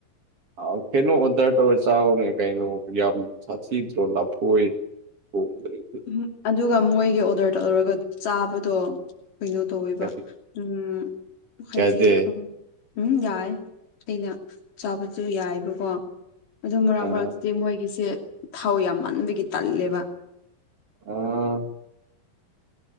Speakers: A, on the right; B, on the left.
A: ꯑ ꯀꯩꯅꯣ ꯑꯣꯗꯔ ꯇꯧꯔ ꯆꯥꯎꯅꯦ ꯀꯩꯅꯣ ꯌꯥꯝ ꯁꯥꯊꯤꯗ꯭ꯔꯣ ꯂꯐꯣꯏ <unintelligible>
B: ꯎꯝꯍ ꯑꯗꯨꯒ ꯃꯣꯏꯒꯤ ꯑꯣꯗꯔ ꯇꯧꯔꯒ ꯆꯥꯕꯗꯣ ꯀꯩꯅꯣ ꯇꯧꯋꯦꯕ
A: ꯌꯥꯗꯦ
B: ꯎꯝ ꯍꯥꯏꯗꯤ
A: ꯌꯥꯗꯦ?
B: ꯈꯪ ꯎꯝ ꯌꯥꯏ ꯑꯩꯅ ꯆꯥꯕꯁꯨ ꯌꯥꯏꯕꯀꯣ꯫ ꯑꯗꯨ ꯃꯔꯛ
A: ꯑꯥ
B: ꯃꯔꯛꯇꯗꯤ ꯃꯣꯏꯒꯤꯁꯦ ꯊꯥꯎ ꯌꯥꯝꯃꯟꯕꯒꯤ ꯇꯜꯂꯦꯕ꯫
A: ꯑꫭ꯫